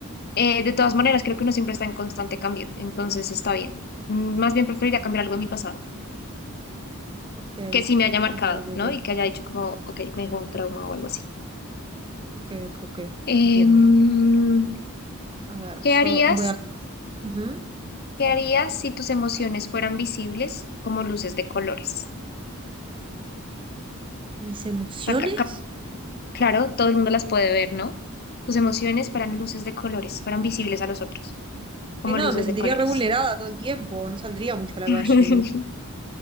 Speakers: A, on the left; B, on the right.
A: eh, de todas maneras creo que uno siempre está en constante cambio, entonces está bien. Mm, Más bien preferiría cambiar algo de mi pasado.
B: Ok,
A: que sí me haya marcado,
B: ok, ok,
A: ¿no?
B: ok,
A: Y que haya dicho como, ok, me dejó un trauma o algo así.
B: ok, ok, ok,
A: Em,
B: entiendo. A ver,
A: ¿qué
B: yo
A: harías?
B: voy a... Ujú.
A: ¿Qué harías si tus emociones fueran visibles como luces de colores?
B: ¿Mis emociones?
A: O sea, ca- ca- claro, todo el mundo las puede ver, ¿no? Tus emociones fueran luces de colores, fueran visibles a los otros, como
B: Ay, no,
A: luces
B: me sentiría
A: de colores.
B: re vulnerada todo el tiempo, no saldría mucho a la
A: <laughs>
B: calle.